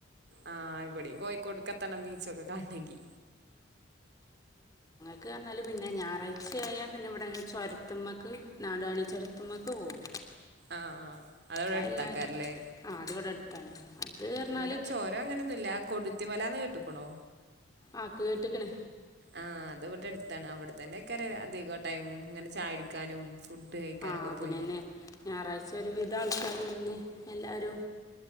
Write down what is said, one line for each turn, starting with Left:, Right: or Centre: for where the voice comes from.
Right: ആഹ് ഇവടിം കോഴിക്കോട്ക്കെ എത്തണം ബീച്ച് ഒക്കെ കാണണെങ്കി
Left: ക്ക് പറഞ്ഞാല് പിന്നെ ഞാറാഴ്ചയായ പിന്നെ ഇവിടെ ചോര്ത്ത്മ്മക്ക് നാടാണി ചോര്ത്ത്മ്മക്ക് പോവും
Right: ആഹ് ആഹ് അഹ് ഔടെ
Left: ആ
Right: അട്ത്താക്കാരല്ലേ?
Left: എല്ലാവരും ആ അത് ഇവിടെ അടുത്താണ് അത് പറഞ്ഞാൽ
Right: ഇവിടെ ചോരം അങ്ങനൊന്നുല്ല കൊടുത്തിമലന്ന് കേട്ട്ക്ണോ?
Left: ആഹ് കേട്ട്ക്ണ്
Right: ആഹ് അത് ഇവ്ടെ അട്ത്താണ് അവിടെത്തന്നെ ക്കാരം അധിക ടൈമും ഇങ്ങനെ ചായ കുടിക്കാനും ഫുഡ് കഴിക്കാനൊക്കെ
Left: ആഹ് അതിനന്നെ
Right: പോയിങ്ങോ
Left: ഞാറാഴ്ച ഒരു വി ത ആൾക്കാരും ഇവിട്ന്ന് എല്ലാരും